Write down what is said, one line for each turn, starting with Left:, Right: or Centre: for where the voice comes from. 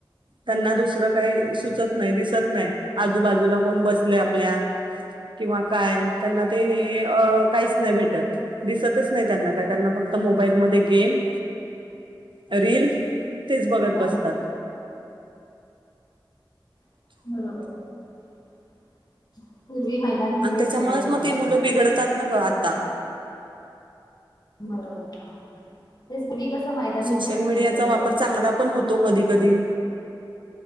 Right: त्यांना दुसरं काही सुचत नाही, दिसत नाही, आजूबाजूला कोण बसल आपल्या किंवा काय त्यांना ते हे काहीच नाही भेट दिसतच नाही त्यांना काया त्यांना फक्त मोबाईल मदे गेम रीलील तेच बघत
Left: हा
Right: बसतात
Left: हा बरोबर पूर्वी मैदानी
Right: आणि
Left: खेळ
Right: त्याच्यामुळच
Left: खेळले जायचे
Right: म ती मुलं बिघडतात ना ग आता
Left: बरोबर तेच पूर्वी कसं मैदानी
Right: सोशल
Left: खेळ
Right: मीडियाचा
Left: खेळले जायचे.
Right: वापर, चांगला पण होतो कधी, कधी